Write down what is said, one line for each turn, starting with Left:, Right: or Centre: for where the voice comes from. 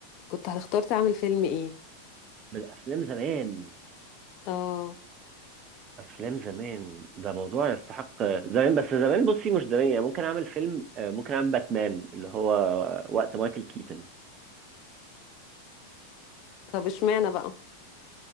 Left: كنت هتختار تعمل فيلم ايه
Right: من افلام زمان
Left: اه
Right: افلام زمان ده موضوع يستحق زمان بس زمان بصي مش زمان يعني ممكن اعمل فيلم آه، ممكن اعمل باتمان اللي هو وقت مايكل كيتن
Left: طب اشمعنى بقى